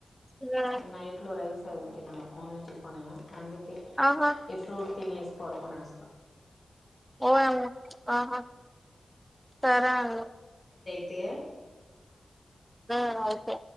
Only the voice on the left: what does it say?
రా నైట్ లొ రైస్ సార్ ఓకేనా న ఆన్లైన్ టిఫనే అందుకే
ఇ ఫ్రూట్ తినేసి పడుకునేస్తా
ఏ